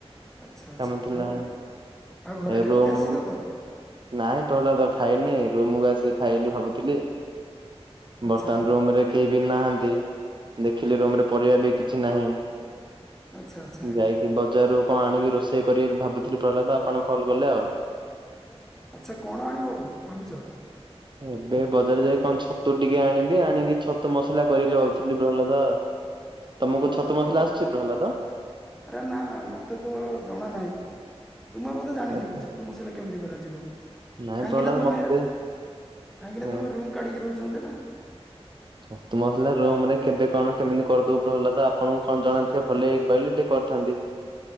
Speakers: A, in the centre; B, on the right.
A: ଆଚ୍ଛା ଆଚ୍ଛା
B: କାମ ଥିଲା
A: ଆଉ ଆଉ ଘରେ
B: ଏ
A: ଖାଇକି
B: ରୁମ୍
A: ଆସିଛ ତ
B: ନାଇଁ ପ୍ରହ୍ଲାଦ ଖାଇନି ରୁମ୍ କୁ ଆସିକି ଖାଇଲି ଭାବୁଥିଲି।
A: ଆଚ୍ଛା
B: ବର୍ତ୍ତମାନ ରୁମ୍ ରେ କେହି ବି ନାହାନ୍ତି। ଦେଖିଲି ରୁମ୍ ରେ ପରିବା ବି କିଛି ନାହିଁ ମୁଁ
A: ଆଚ୍ଛା ଆଚ୍ଛା
B: ଯାଇକି ବଜାରରୁ କଁ ଆଣିକି ରୋଷେଇ କରି ଅଲି ଭାବୁଥିଲି ପ୍ରହ୍ଲାଦ ଆପଣ କଲ୍ କଲେ ଆଉ।
A: ଆଚ୍ଛା କଣ ଆଣିବୁ ଭାବୁଛ।
B: ଏବେ ବଜାର ଯାଇ କଣ ଛତୁ ଟିକେ ଆଣିବି ଆଣିବି ଛତୁ ମସଲା କରିଲି ଅଥିଲି ଅଲଗା। ତମକୁ ଛତ
A: ଆ-
B: ମସଲା ଆସୁଛି ପ୍ରହ୍ଲାଦ?
A: ଆରେ ନା ନା ମତେ ତ ଜଣା ନାହିଁ। ତୁମେ ବୋଧେ ଜାଣିଥିବ
B: ଆଚ୍ଛା।
A: ଛତୁ ମସଲା କେମିତି କରାଯିବ
B: ନାଇଁ
A: କାହିଁକି
B: ପ୍ରହ୍ଲାଦ
A: ନା ତୁମେ
B: ମତେ
A: କାହିଁକି
B: ହୁଁ
A: ନା ତମେ ରୁମ୍ କାଢିକି ରହୁଛନ୍ତି ନା।
B: ଛତୁ ମସିଲଲା ରୁମ ରେ କେବେ କଣ କେମିତି କରିଦବୁ ପ୍ରହ୍ଲାଦ ଆପଣଙ୍କୁ କଣ ଜଣାନ୍ତିଥିବ ଭଲ କହିଲେ ଟିକ ଥାନ୍ତି।